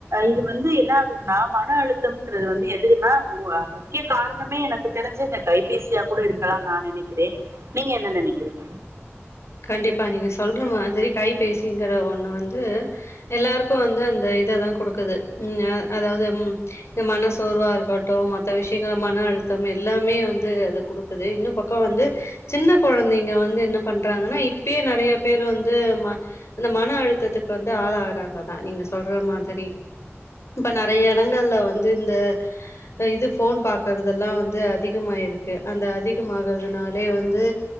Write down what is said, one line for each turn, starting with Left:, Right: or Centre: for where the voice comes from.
Right: இது வந்து என்ன ஆகுது ந மன அழுத்தம்ன்றது வந்து எதுக்குன்னா உ அ முக்கிய காரணமே எனக்கு தெரிஞ்சி இந்த தொலைப்பேசியா கூட இருக்கலாம் நான் நினைக்கிறேன் நீங்க என்ன நினைக்கிறீங்க
Left: கண்டிப்பா நீங்க சொல்ற மாதிரி கைபேசிங்கற ஒண்ணு வந்து எல்லாருக்கும் வந்து அந்த இத தான் குடுக்குது ம் அதாவது ம் இந்த மன சோர்வா இருக்கட்டும் மத்த விஷயங்கள மன அழுத்தம் எல்லாமே வந்து அது குடுக் குது இன்னும் பக்கம் வந்து சின்ன கொழந்தைங்க வந்து என்ன பண் றாங்கன்னா இப்பே நறையா பேர் வந்து அந்த மன அழுத்தத்துக்கு வந்து ஆளாகறாங்க தான் நீங்க சொல்ற மாதிரி இப்ப நறைய இடங்கள்ல வந்து இந்த இது போன் பாக்குறதெல்லாம் வந்து அதிகமாயிருக்கு அந்த அதிகமாகறதுனாலே வந்து